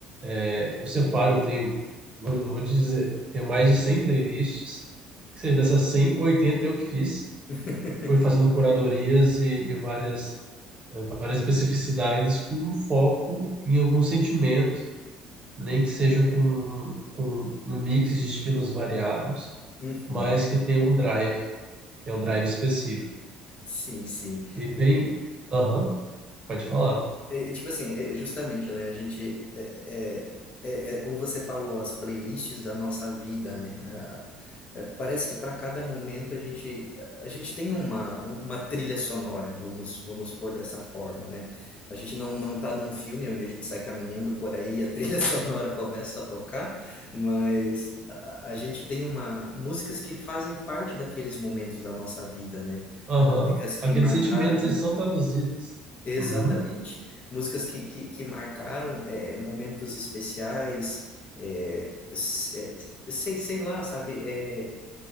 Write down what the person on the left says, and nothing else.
<laughs>
Uhum,
sim, sim.
É, é tipo assim, é, é justamente, né? A gente é, é, é, é como você falou, as playlists da nossa vida, né? A- é, parece que para cada momento a gente a gente tem uma, uma trilha sonora, vamos vamos pôr dessa forma, né? A gente não não tá num filme onde a gente sai caminhando por aí, e a trilha <laughs> sonora começa a tocar, mas a, a gente tem uma músicas que fazem parte daqueles momentos da nossa vida, né?
Músicas que
marcaram
Exatamente.
Músicas que, que, que marcaram é, momentos especiais, é, s- é, sei, sei lá, sabe? É,